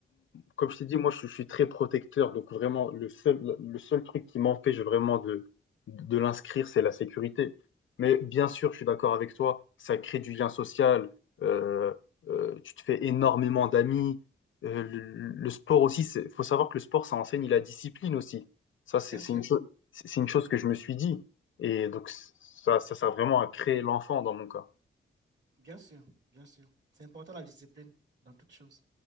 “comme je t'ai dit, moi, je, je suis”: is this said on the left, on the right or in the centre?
Left